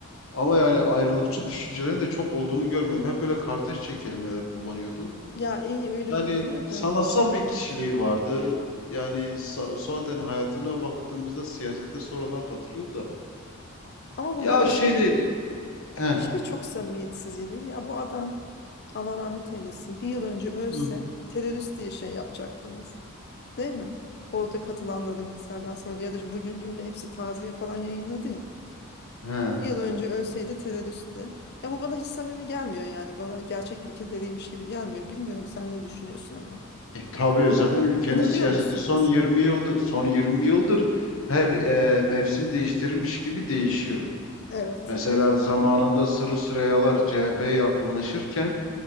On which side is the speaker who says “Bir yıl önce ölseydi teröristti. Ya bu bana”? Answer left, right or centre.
Left